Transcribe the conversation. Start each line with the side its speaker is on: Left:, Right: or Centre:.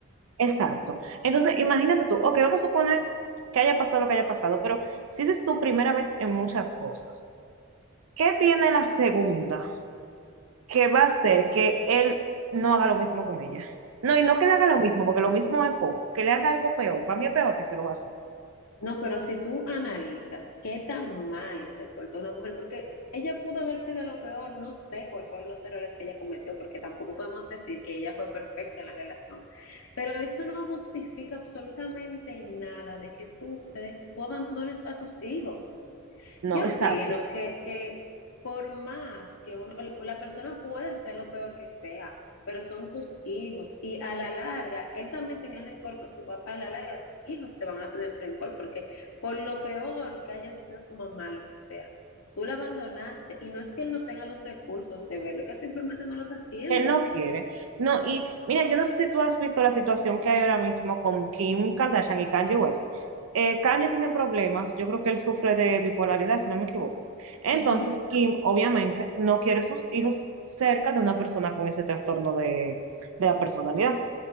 Right: Exacto. Entonces, imagínate tú, ok, vamos a suponer que haya pasado lo que haya pasado, pero si esa es su primera vez en muchas cosas, ¿qué tiene la segunda que va a hacer que él no haga lo mismo con ella? No, y no que le haga lo mismo, porque lo mismo es poco, que le haga algo peor, para mí es peor que se lo va a hacer.
Left: No, pero si tú analizas qué tan mal se portó una mujer, porque ella pudo haber sido lo peor, no sé cuáles fueron los errores que ella cometió, porque tampoco podemos decir que ella fue perfecta en la relación, pero eso no justifica absolutamente nada de que tú, te des- tú abandones a tus hijos.
Right: No,
Left: Yo
Right: exacto.
Left: opino que, que por más que uno- el- la persona pueda ser lo peor que sea, pero son tus hijos y a la larga, él también tenía rencor con su papá, a la larga tus hijos te van a tener rencor porque por lo peor que haya sido su mamá, lo que sea, tú la abandonaste y no es que él no tenga los recursos de verlo, es que él simplemente no lo está haciendo.
Right: que él no quiere. No, y mira, yo no sé si tú has visto la situación que hay ahora mismo con Kim Kardashian y Kanye West. Eh, Kanye tiene problemas, yo creo que él sufre de bipolaridad, si no me equivoco. Entonces,
Left: Ujú,
Right: Kim obviamente no quiere sus hijos cerca de una persona con ese trastorno de, de la personalidad.